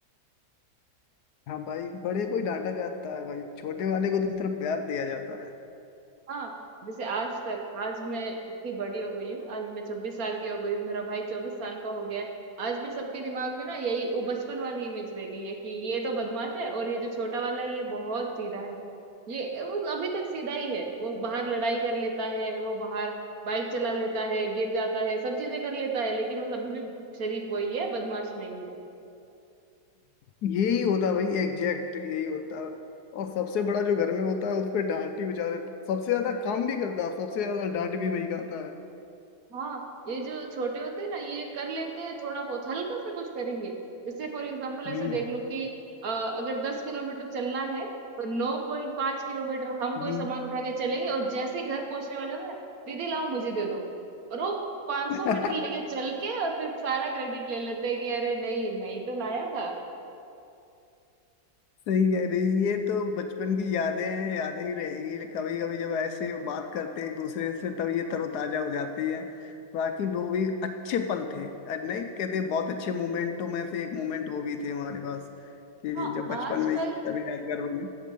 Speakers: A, on the left (about 70°); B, on the right (about 60°).
A: हाँ भाई बड़े को ही डांटा जाता है भाई छोटे वाले को तो सिर्फ प्यार दिया जाता है
B: हाँ जैसे आज तक आज मैं इतनी बड़ी हो गई हूँ आज मैं छब्बीस साल की हो गई हूँ मेरा भाई चौबीस साल का हो गया है आज भी सबके दिमाग में ना यही वो बचपन वाली इमेज रह गई है कि ये तो बदमाश है और ये जो छोटा वाला है ये बहुत सीधा है ये वो अभी तक सीधा ही है वो बाहर लड़ाई कर लेता है वो बाहर बाइक चला लेता है गिर जाता है सब चीजें कर लेता है लेकिन वो सभी भी शरीफ वही है बदमाश मैं ही
A: यही होता
B: हूँ
A: भाई एग्जैक्ट यही होता और सबसे बड़ा जो घर में होता है उस पे डांट ही बेचारे सबसे ज्यादा काम भी करता है सबसे ज्यादा डांट भी वही खाता है
B: हाँ ये जो छोटे होते हैं ना ये कर लेते हैं थोड़ा बहुत हल्का सा कुछ करेंगे जैसे फॉर एग्जांपल
A: हम्म
B: ऐसे देख लो कि अ, अगर दस किलोमीटर चलना है तो नौ पॉइंट पांच किलोमीटर हम कोई
A: हम्म
B: सामान उठा के चलेंगे और जैसे ही घर पहुंचने वाले होंगे ना दीदी लाओ मुझे दे दो और वो पांच
A: <laughs>
B: सौ मीटर लेके चल के और फिर सारा क्रेडिट ले लेते हैं कि अरे नहीं मैं ही तो लाया था
A: सही कह रही ये तो बचपन की यादें हैं यादें ही रहेगी कभी कभी जब ऐसे बात करते हैं एक दूसरे से तब ये तरोताजा हो जाती है बाकी वो भी अच्छे पल थे और नहीं कहते हैं, बहुत अच्छे मोमेंटों में से एक मोमेंट वो भी थे हमारे पास कि
B: हाँ
A: जब बचपन
B: आजकल
A: में ये सब यादगार बने